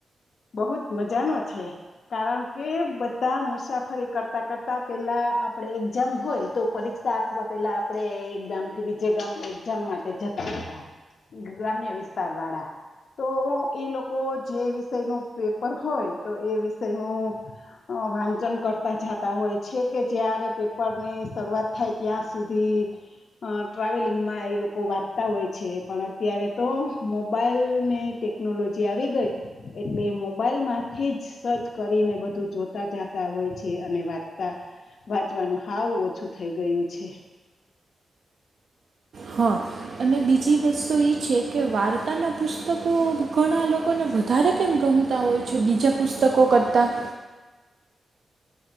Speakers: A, on the left; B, on the right.
A: બહુ જ મજાનો છે કારણ કે બધા મુસાફરી કરતા કરતા પેલા આપડે એક્ઝામ હોય તો પરીક્ષા આપવા પેલા આપણે એક ગામથી બીજે ગામ એક્ઝામ માટે જતા હતા ગામ્ય વિતાર વાળા તો એ લોકો જે વિષયનું પેપર હોય તો એ વિષયનું વાંચન કરતા જતા હોય છે કે જ્યારે પેપરની શરૂઆત થાય ત્યાં સુધી ટ્રાવેલિંગમાં એ લોકો વાંચતા હોય છે પણ અત્યારે તો મોબાઈલને ટેકનોલોજી આવી ગઈ એટલે મોબાઈલમાંથી જ સર્ચ કરીને બધું જોતા જતા હોય છે અને વાંચતા વાંચવાનું હાવ ઓછું થઈ ગયું છે
B: હા અને બીજી વસ્તુ એ છે કે વાર્તાના પુસ્તકો ઘણા લોકોને વધારે કેમ ગમતા હોય છે બીજા પુસ્તકો કરતાં